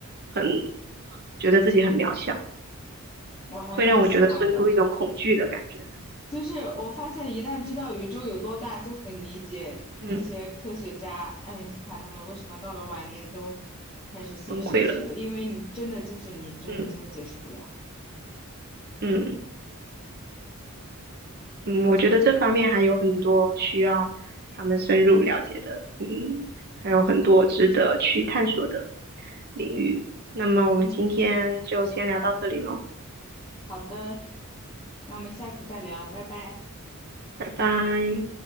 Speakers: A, on the right (about 45°); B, on the left (about 25°).
A: 很，觉得自己很渺小，
B: 我还蛮喜欢的。
A: 会让我觉得生出一种恐惧的感觉来
B: 就是我发现，一旦知道宇宙有多大，就很理解那些科学家爱因斯坦他们为什么到了晚年都开始信神学了，
A: 嗯，崩溃了，
B: 因为你真的就是你真的就是解释不了。
A: 嗯嗯嗯，
B: 嗯
A: 我觉得这方面还有很多需要他们深入了解的，嗯，还有很多值得去探索的领域。那么我们今天就先聊到这里喽，
B: 嗯，好的，那我们下次再聊，拜拜。
A: 拜拜。